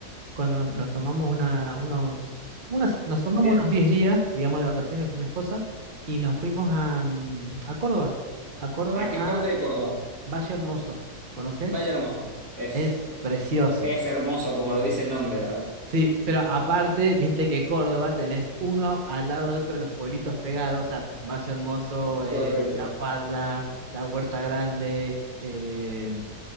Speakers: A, on the right; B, on the right.
A: cuando nos tomamos una, unos, unas, nos
B: unos
A: tomamos
B: días.
A: unos 10 días, digamos, de vacaciones con mi esposa, y nos fuimos a, mm, a Córdoba, a Córdoba,
B: ¿A qué
A: a
B: parte de Córdoba?
A: Valle Hermoso. ¿Conoces?
B: Valle Hermoso, es.
A: Es precioso.
B: Es hermoso, como lo dice el nombre, la verdad.
A: Sí, pero aparte, viste que Córdoba tenés uno al lado de otro los pueblitos pegados, o sea, Valle Hermoso, eh,
B: Correcto.
A: La Falda, La Huerta Grande, eh,